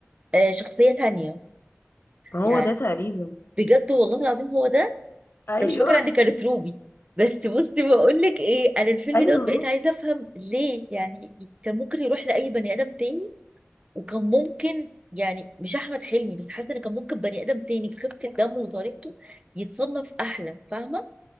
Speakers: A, on the right (about 25°); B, on the left (about 55°).
A: آه شخصيه تانية
B: ما
A: يعني
B: هو ده تقريبا
A: بجد والله العظيم هو ده
B: ايوه
A: انا مش فاكره ان
B: <laughs>
A: كانت روبي بس بصي بقول لك ايه انا الفيلم
B: ايوه
A: دوت بقيت
B: هو
A: عايزه افهم ليه يعني كان ممكن يروح لاي بني ادم تاني وكان ممكن يعني مش احمد حلمي بس حاسه ان كان ممكن بني ادم تاني بخفه دمه وطريقته يتصنف احلى فاهمه